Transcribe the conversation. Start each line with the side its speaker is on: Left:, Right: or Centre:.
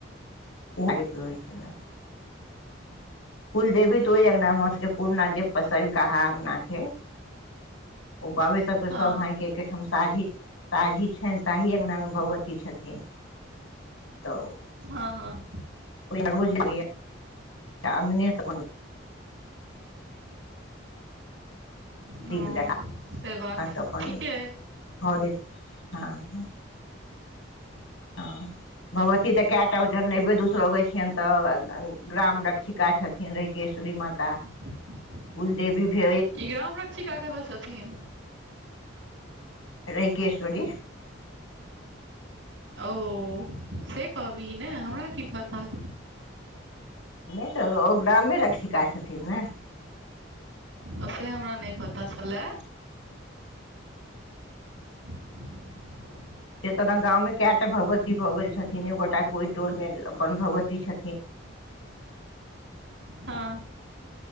Left: उघारैत रहै छै न। कुल देवी तऽ ओहि अंगना हमर सबके पुरना जे सैबीकहा अंगना छै। ओ बाबे सबके सब
Right: हँ
Left: भायके। एकेहिठाम साझी साझी छनि ताहि अगंनामे भगवती छथिन। तऽ।
Right: हँ हँ।
Left: ओ रोज अने सम <unintelligible>
Right: हँ
Left: दिप देखा
Right: से बात
Left: त अपन
Right: ठीके अइ
Left: घरे ह- हँ। भगवती तऽ कए टा ओ जन नहिबे दोसर अबै छियनि तऽ ग्राम रक्षिका छथिन। र केेश्वरी माता।
Right: <unintelligible>
Left: कुल देवी भे
Right: ई ग्राम रक्षिका कतऽ छथिन।
Left: रैिकेश्वरी।
Right: ओ से कहबी ने हमरा की पता।
Left: नहि तऽ ओ ग्रामे रक्षिका छथिन ने।
Right: ओ से हमरा नहि पता छलए। आ <unintelligible>
Left: से तोरा गांव में केटा भगवती भऽ गेल छथिन एक गोटा के ओहि टोल मे अपन भगवती छथिन।
Right: हँ